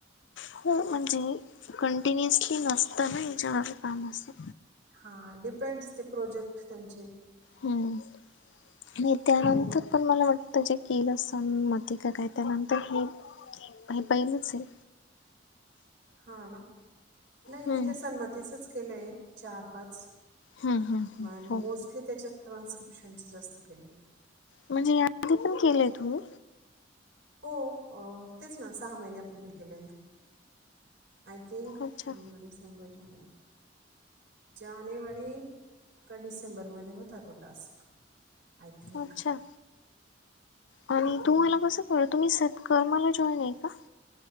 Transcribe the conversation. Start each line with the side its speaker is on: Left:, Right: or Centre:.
Left: हो म्हणजे कंटिन्युअसली नसताना याच्यावर काम असते.
Right: हां डिपेंड्स ते प्रोजेक्ट त्यांचे
Left: हम्म न त्यानंतर
Right: तर वेग
Left: पण मला वाटतं जे केलं सण मते का काय त्यालानंतर हे हे पहिलंच आहे.
Right: हा ना नाही
Left: हम्म
Right: मी ते सन्मतीचच केलंय चार पाच
Left: हम्म हम्म हम्म
Right: म
Left: हो
Right: मोस्टली त्याच्यात ट्रान्स्क्रिप्शनच जास्त केले.
Left: म्हणजे या आधी पण केलेय तू
Right: हो तेच ना सहा महिन्यापूर्वी केलंय ना. आय थिंक नवंबर
Left: अच्छा
Right: डिसेंबर जाुवारी जानेवारी का डिसेंबरमध्ये होता तो टास्क आय थिंक
Left: अच्छा आणि
Right: तेव्हा
Left: तू मला कसं कळ तुम्ही सत्कर्माला जॉईन आहे का.